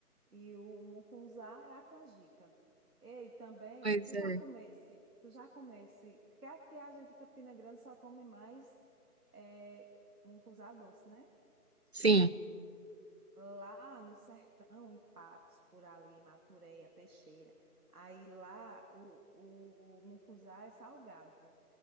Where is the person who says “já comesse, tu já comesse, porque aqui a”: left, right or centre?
Right